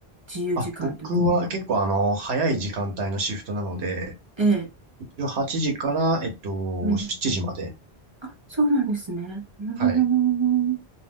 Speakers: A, on the right; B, on the right.
A: 自由時間というか。
B: あ、僕は結構あの、早い時間帯のシフトなので、
A: ええ。
B: 一応8時から、えっと、
A: うん。
B: 7時まで。
A: あ、そうなんですね。うーん。
B: はい。